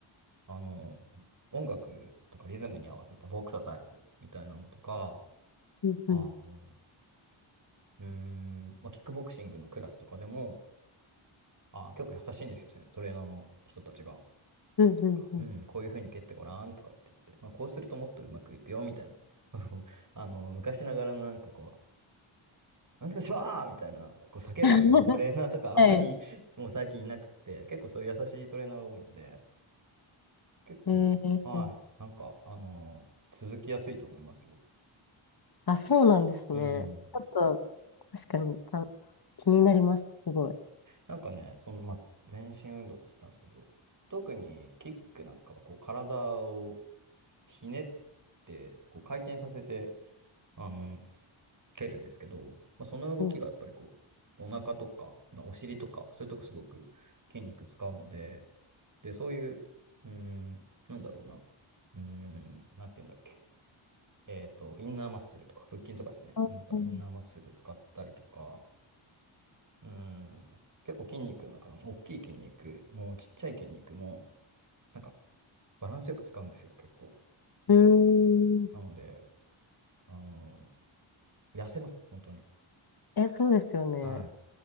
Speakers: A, on the right; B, on the left.
A: あの、音楽とかリズムに合わせたボクササイズみたいなのとか、
B: うんうん。
A: あのうーん、まあ、キックボクシングのクラスとかでも、あー、結構優しいんですよ、せトレーナーの人たちが。
B: うんうんうん。
A: なんか、うん、こういう風に蹴ってごらんとかって言って、まあ、こうするともっとうまくいくよ、みたいな。<laughs> あの、昔ながらのなんかこう、なんとかしろーみたいな、こう叫ぶようなトレーナーとかあんまり
B: <laughs> はい。
A: <laughs> もう最近いなくって、結構そういう優しいトレーナーが多いので、結構、
B: えー、
A: はい、なんか、あの、続きやすいと思いますよ。
B: あ、そうなんですね。
A: うん。
B: ちょっと、確かにた気になります、すごい。
A: なんかね、その、まあ、全身運動って言ったんですけど、特にキックなんかはこう体をひねって、こう回転させて、あの、蹴るんですけど、まあ、その動きがやっぱりこう、
B: うん、
A: お腹とか、まあお尻とか、そういうとこすごく筋肉使うので、で、そういう、うーん、なんだろうな、うーん、なんて言うんだっけ、えっと、インナーマッスルとか、腹筋とかですね、
B: あうん
A: なんかインナーマッスル使ったりとか、うん。結構筋肉の中でも、大きい筋肉も、ちっちゃい筋肉も、なんか、バランスよく使うんですよ、結構。
B: うーん。
A: なので、あの痩せます、本当に。
B: え、そうですよね。
A: はい。